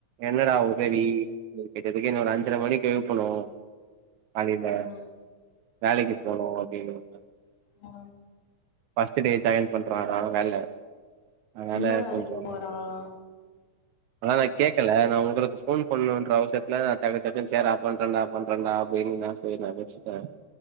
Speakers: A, on the right; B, on the left.
A: என்னடா உதவி அப்டினு கேட்டதுக்கு ஒரு அஞ்சற மணிக்கு எழுப்பணு காலைல
B: அ
A: வேலைக்கு போனு அப்டின்னு அ
B: ஆ
A: ஃபஸ்ட் டே ஜாயின் பண்றாறா வேல அதனால
B: என்ன வேலைக்கு
A: கொஞ்சம்
B: போறாங்களா
A: ஆனா நா கேட்கல நா உங்களுக்கு ஃபோன் பண்ணுன்ற அவசரத்துல நா டக்கு டக்கு சேரா ஆஃப் பண்றன்டா ஆஃப் பண்றன்டா அப்டின்ன போய் நெனச்சிட்ட